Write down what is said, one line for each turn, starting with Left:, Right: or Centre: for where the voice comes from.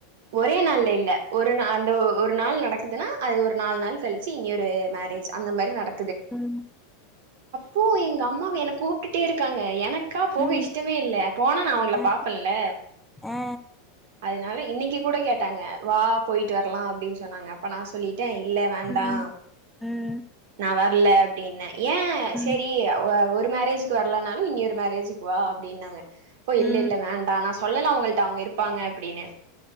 Right: ஒரே நாள்ல இல்ல ஒரு நா அந்த ஒரு நாள் நடக்குதுன்னா அது ஒரு நாலு நாள் கழிச்சு இங்கய ஒரு மேரேஜ் அந்த மாரி நட
Centre: ம்
Right: இப்போ எங்க அம்மாவ என்ன கூப்ட்டுட்டே இருக்காங்க எனக்கு க்கா போக
Centre: ம்
Right: இஷ்டமே இல்ல போனா நா அவங்கள
Centre: அ
Right: பாப்பன்ல
Centre: ஆ
Right: அத னால இன்னைக்கி கூட கேட்டாங்க வா போயிட்டு வரலாம் அப்டின்னு சொன்னாங்க அப்ப நா சொல்லி ட்டே இல்ல வேண்டாம்
Centre: ம் ம்
Right: நா வர இல்ல அப்டின்னு ஏன்
Centre: ம்
Right: சேரி ஒ ஒரு மேரேஜுக்கு வரலானாலும் இன்னியொரு மேரேஜுக்கு வா அப்டின்னாங்க போ இல்ல
Centre: ம்
Right: இல்ல வேண்டா நா சொ சொல்லல அவங்கள்ட்ட அவங்க இருப்பாங்க அப்படின்னு